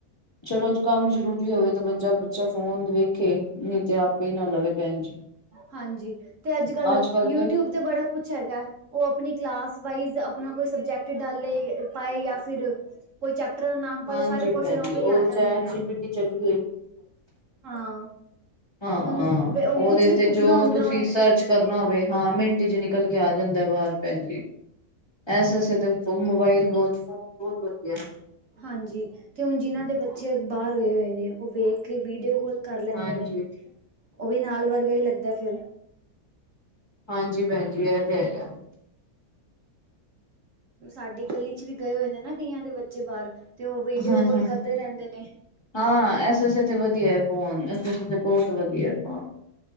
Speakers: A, on the left (about 15°); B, on the right (about 60°).
A: ਚਲੋ, ਕੰਮ ਜਰੂਰੀ ਹੋਵੇ ਤਾਂ ਬੰਦਾ ਬੱਚਾ ਫੋਨ ਵੇਖੇ, ਨਈਂ ਤੇ ਆਪੇ ਈ ਨਾ ਲਵੇ। ਭੈਣ ਜੀ।
B: ਹਾਂਜੀ, ਤੇ ਅੱਜ-ਕੱਲ
A: ਅੱਜ ਕੱਲ
B: ਯੂਟਿਊਬ ਤੇ ਬੜਾ ਕੁਛ ਹੈਗਾ। ਓ ਅਪਨੀ ਕਲਾਸ ਵਾਈਜ ਅਪਨਾ ਕੋਈ ਸਬਜੈਕਟ ਡਾਲੇ, ਪਾਏ ਯਾਂ ਫਿਰ ਕੋਈ ਚੈਪਟਰ ਦਾ ਨਾਮ ਪਵੇ,
A: ਹਾਂਜੀ
B: ਸਾਰੇ ਕੋਸ਼ਚਣ
A: ਭੈਣ
B: ਓਵੇਂ
A: ਜੀ ਉਹ
B: ਈ ਆ ਜਾਂਦੇ
A: ਚੈਟ
B: ਨੇ।
A: ਜੀ ਪੀ ਟੀ ਚੱਲੀ
B: ਹਾਂ।
A: ਹਾਂ-ਹਾਂ,
B: ਹੁਣ
A: ਓਦੇ
B: ਕੁਛ ਵੀ
A: ਤੇ
B: ਪੁੱਛਣਾ
A: ਜੋ
B: ਹੁੰਦਾ
A: ਤੁਸੀਂ
B: ਉਹਨੇ
A: ਸਰਚ ਕਰਨਾ ਹੋਵੇ ਹਾਂ, ਮਿੰਟ ਚ ਨਿਕਲ ਕੇ ਆ ਜਾਂਦੈ ਬਾਰ ਭੈਣ ਜੀ ਐਸਸ ਮੋਬਾਇਲ ਫੋਨ ਬੋਤ-ਬੋਤ ਵਧੀਆ।
B: ਹਾਂਜੀ, ਤੇ ਹੁਣ ਜਿਨਾਂ ਦੇ ਬੱਚੇ ਬਾਹਰ ਗਏ ਹੋਏ ਨੇ ਉਹ ਵੇਖਕੇ ਵੀਡੀਓ ਕੋਲ ਕਰ ਲੈਂਦੇ
A: ਹਾਂਜੀ।
B: ਨੇ, ਉਹ ਵੀ ਨਾਲ ਵਰਗਾ ਈ ਲੱਗਦਾ ਫਿਰ।
A: ਹਾਂਜੀ ਭੈਣਜੀ, ਐ ਤੇ ਹੈਗਾ।
B: ਸਾਡੀ ਗਲੀ'ਚ ਵੀ ਗਏ ਹੋਏ ਨੇ ਨਾ ਕਈਆਂ ਦੇ ਬੱਚੇ ਬਾਹਰ, ਤੇ ਉਹ ਵੀਡੀਓ
A: ਹਾਂ
B: ਕੋਲ
A: ਹਾਂ
B: ਕਰਦੇ ਰਹਿੰਦੇ ਨੇ।
A: ਹਾਂ, ਐਸੇ ਅਸਤੇ ਵਧੀਆ ਏ ਫੋਨ, ਇਸ ਅਸਤੇ ਤੇ ਬਹੁਤ ਵਧੀਆ ਏ ਫੋਨ।